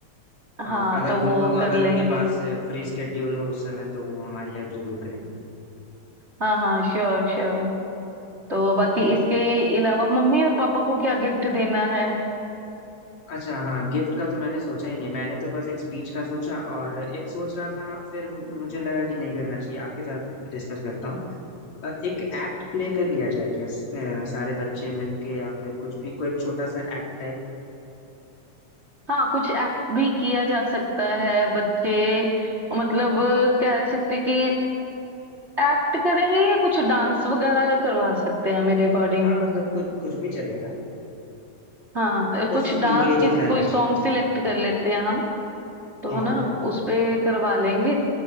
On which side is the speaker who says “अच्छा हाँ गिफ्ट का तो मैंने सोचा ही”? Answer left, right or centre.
Left